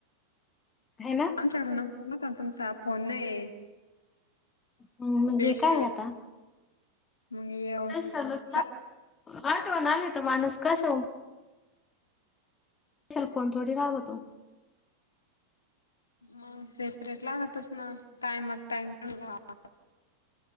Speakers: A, on the left; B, on the left.
A: ना
B: आमच्याकडे नंबर नव्हता न तुमचा फोन नाही
A: ह
B: स्पेशल
A: म्हणजे काय आता
B: मग येऊ
A: स्पेशलच
B: सा
A: लागत आहटो आली तर माणूस कश्या वरून सल फोन थोडी लागतोय
B: मंग सेपरेट लागतोस ना टाइमात टाईम पणं झाला